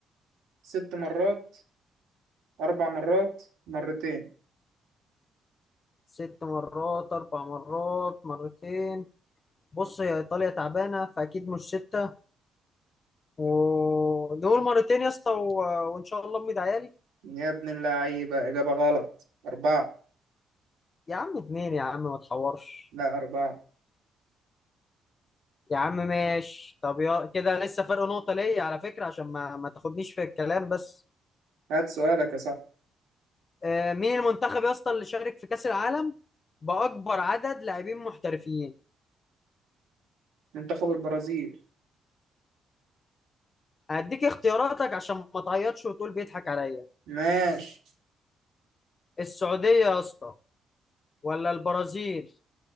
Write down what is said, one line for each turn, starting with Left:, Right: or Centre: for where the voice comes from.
Right: ست مرات اربع مرات مرتين
Left: ست مرات أربع مرات مرتين بص هي إيطاليا تعبانة فأكيد مش ستة ودول مرتين يا اسطى و... وإن شاء الله أمي عيالي
Right: يا ابن اللعيبة إجابة غلط أربعة
Left: يا عم اتنين يا عم ما تحورش
Right: لا أربعة
Left: يا عم ماشي طب يا كده لسه فرق نقطة ليا على فكرة عشان ما ما تاخدنيش في الكلام بس
Right: هات سؤالك يا صاحبي
Left: آه، مين المنتخب يا اسطى اللي شارك في كأس العالم بأكبر عدد لاعبين محترفين
Right: منتخب البرازيل
Left: هديك اختياراتك عشان ما تعيطش وتقول بيضحك عليا
Right: ماشي
Left: السعودية يا اسطى ولا البرازيل